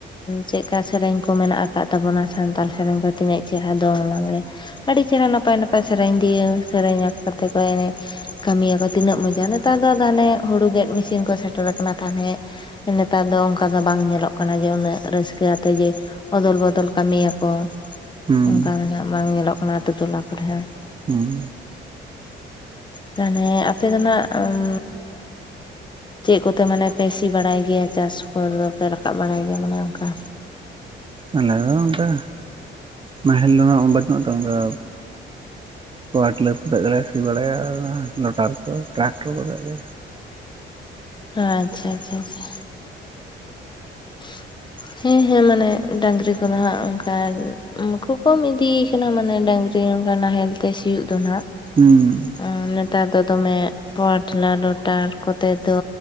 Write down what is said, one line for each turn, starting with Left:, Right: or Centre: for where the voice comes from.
Left: ᱪᱮᱫᱠᱟ ᱥᱮᱨᱮᱧ ᱠᱚ ᱢᱮᱱᱟᱜ ᱟᱠᱟᱫ ᱛᱟᱵᱚᱱᱟ ᱥᱟᱱᱛᱟᱞ ᱥᱮᱨᱮᱧ ᱠᱚ ᱛᱤᱱᱟᱹᱜ ᱡᱟᱦᱟᱸ ᱫᱚᱝ ᱞᱟᱜᱽᱬᱮ, ᱟᱹᱰᱤ ᱪᱮᱦᱨᱟ ᱱᱟᱯᱟᱭ ᱱᱟᱯᱟᱭ ᱥᱮᱨᱮᱧ ᱫᱤᱭᱮ ᱥᱮᱨᱮᱧ <unintelligible> ᱠᱟᱛᱮ ᱠᱚ ᱮᱱᱮᱡ᱾ ᱠᱟᱹᱢᱤᱭᱟᱠᱚ ᱛᱤᱱᱟᱹᱜ ᱢᱚᱡᱟ ᱱᱮᱛᱟᱨ ᱫᱚ ᱟᱫᱚ ᱦᱟᱱᱮ ᱦᱩᱲᱩ ᱜᱮᱫ ᱢᱮᱥᱤᱱ ᱠᱚ ᱥᱮᱴᱮᱨ ᱟᱠᱟᱱᱟ ᱛᱟᱦᱚᱞᱮ ᱱᱮᱛᱟᱨ ᱫᱚ ᱚᱱᱠᱟ ᱫᱚ ᱵᱟᱝ ᱧᱮᱞᱚᱜ ᱠᱟᱱᱟ ᱡᱮ ᱩᱱᱟᱹᱜ ᱨᱟᱹᱥᱠᱟᱹ ᱟᱛᱮ ᱡᱮ ᱚᱫᱚᱞ ᱵᱚᱫᱚᱞ ᱠᱟᱹᱢᱤᱭᱟᱠᱚ᱾
Right: ᱦᱩᱸ
Left: ᱚᱱᱠᱟ ᱫᱚ ᱱᱟᱦᱟᱜ ᱵᱟᱝ ᱧᱮᱞᱚᱜ ᱠᱟᱱᱟ ᱟᱹᱛᱩ ᱴᱚᱞᱟ ᱠᱚᱨᱮ ᱦᱚᱸ᱾
Right: ᱦᱩᱸ
Left: ᱛᱟᱞᱦᱮ ᱟᱯᱮ ᱫᱚ ᱱᱟᱦᱟᱜ ᱩᱸ ᱪᱮᱫ ᱠᱚᱛᱮ ᱢᱟᱱᱮ ᱯᱮ ᱥᱤ ᱵᱟᱲᱟᱭ ᱜᱮᱭᱟ ᱪᱟᱥ ᱠᱚᱫᱚ ᱯᱮ ᱨᱟᱠᱟᱵ ᱵᱟᱲᱟᱭ ᱜᱮᱭᱟ ᱢᱟᱱᱮ ᱚᱱᱠᱟ?
Right: ᱟᱞᱮ ᱫᱚ ᱚᱱᱠᱟ ᱱᱟᱦᱮᱞ ᱫᱚ ᱩᱱᱟᱹᱜ ᱵᱟᱹᱱᱩᱜ ᱛᱚ ᱚᱱᱠᱟ ᱯᱟᱣᱟᱨ ᱴᱤᱞᱟᱨ ᱠᱚᱛᱮᱜ ᱜᱮᱞᱮ ᱥᱤ ᱵᱟᱲᱟᱭᱟ ᱟᱨ ᱚᱱᱟ ᱞᱚᱴᱟᱨ ᱠᱚ ᱴᱨᱟᱠᱴᱚᱨ ᱠᱚᱛᱮᱜ ᱜᱮ᱾
Left: ᱟᱪᱪᱷᱟ ᱪᱷᱟ ᱪᱷᱟ᱾ <inaudible> ᱦᱮᱸ ᱦᱮᱸ ᱢᱟᱱᱮ ᱰᱟᱝᱨᱤ ᱠᱚᱫᱚ ᱦᱟᱸᱜ ᱚᱱᱠᱟ ᱢᱟᱠᱚ ᱠᱚᱢ ᱤᱫᱤ ᱠᱟᱱᱟ ᱢᱟᱱᱮ ᱰᱟᱹᱝᱨᱤ ᱱᱚᱝᱠᱟ ᱱᱟᱦᱮᱞ ᱛᱮ ᱥᱤᱭᱚᱜ ᱫᱚ ᱱᱟᱦᱟᱜ
Right: ᱦᱩᱸ᱾
Left: ᱩᱸ ᱱᱮᱛᱟᱨ ᱫᱚ ᱫᱚᱢᱮ ᱯᱟᱣᱟᱨ ᱴᱤᱞᱟᱨ ᱞᱚᱴᱟᱨ ᱠᱚᱛᱮ ᱫᱚ